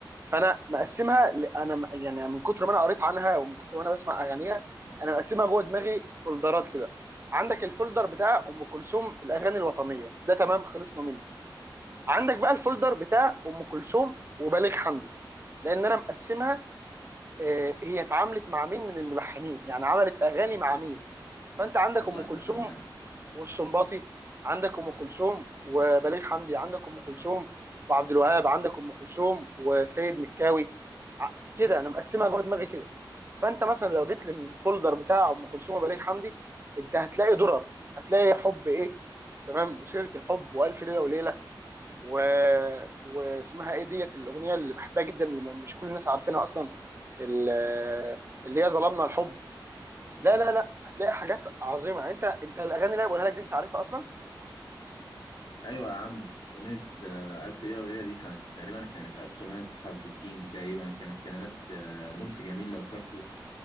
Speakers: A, on the right (about 30°); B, on the left (about 70°).
A: فانا مقسمها ل- انا م- يعني من كتر ما انا قريت عنها ومن كتر ما انا بسمع اغانيها انا مقسمها جوه دماغي فولدرات كده عندك الفولدر بتاع ام كلثوم الاغاني الوطنيه ده تمام خلصنا منه عندك بقى الفولدر بتاع ام كلثوم وبليغ حمدي لان انا مقسمها آه، هي اتعاملت مع مين من الملحنين يعني عملت اغاني مع مين فانت عندك
B: والله
A: ام
B: أنت
A: كلثوم
B: فنان
A: والسنباطي عندك ام كلثوم وبليغ حمدي عندك ام كلثوم وعبد الوهاب عندك ام كلثوم وسيد مكاوي ع- كده انا مقسمها جوه دماغي كده فانت مثلا لو جيت للفولدر بتاع ام كلثوم وبليغ حمدي انت هتلاقي درر هتلاقي حب ايه تمام وسيره الحب والف ليله وليله و... واسمها ايه ديت الاغنيه اللي بحبها جدا اللي مش كل الناس عارفينها اصلا ال- اللي هي ظلمنا الحب لا لا لا هتلاقي حاجات عظيمه يعني انت انت الاغاني اللي أنا بقولها لك دي انت عارفها اصلا
B: أيوة يا عم أغنية آه، ألف ليلة وليلة دي كانت تقريبا كانت 1969 تقريبا كانت كلمات آه، مرسي جميل لو فاكره